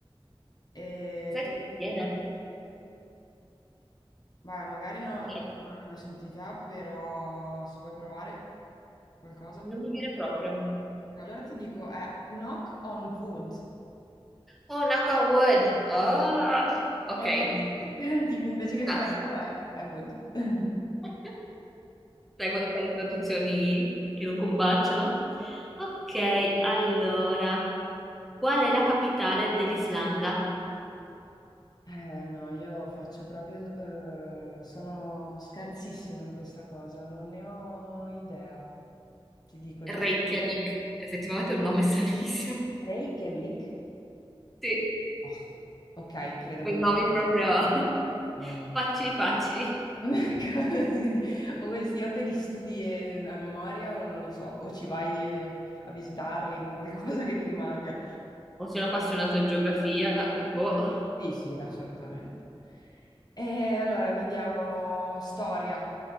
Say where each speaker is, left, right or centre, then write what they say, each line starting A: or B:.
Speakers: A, on the left (about 45°); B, in the centre.
A: E
B: Sai
A: tu,
B: che non mi viene?
A: vai, magari no-
B: Non mi
A: non,
B: viene
A: l'hai mai sentita, però se vuoi provare qualcosa.
B: Non mi viene proprio.
A: Ok, Allora ti dico, è knock on wood.
B: Oh, knock on wood. Oh, ok.
A: Eh, sì. <laughs> Tipo, invece che
B: Grazie.
A: ferro è, è wood. <laughs>
B: <laughs> Sai quando fai le traduzioni che non combaciano? Ok, allora. Qual è la capitale dell'Islanda?
A: Eh, no, io faccio proprio... eh, sono scarsissima in questa cosa, non ne ho idea, ti dico già.
B: Reykjavik. Effettivamente è un nome stranissimo.
A: Reykjavik?
B: Sì,
A: Oh, ok, credo
B: quei
A: che non...
B: nomi proprio <laughs>
A: No, no.
B: facili facili.
A: <laughs> Così. O questi o te li studi eh, a memoria o non lo so, o ci vai eh, a visitarli, un qualcosa che ti rimanga.
B: O sono appassionato di geografia, eh, boh,
A: Sì, sì, assolutamente. E allora, vediamo storia.